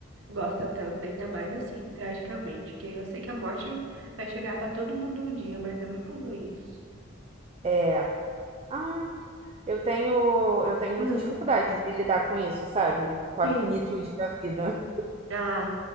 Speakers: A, on the right (about 65°); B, on the right (about 30°).
A: gosta tanto, né? Ainda mais assim, tragicamente, que eu sei que a morte vai chegar pra todo mundo um dia, mas é muito ruim isso.
B: É. Ah, eu tenho, eu tenho
A: Não.
B: muita dificuldade de lidar com isso, sabe? Com
A: Sim.
B: a finitude da vida.
A: Ah,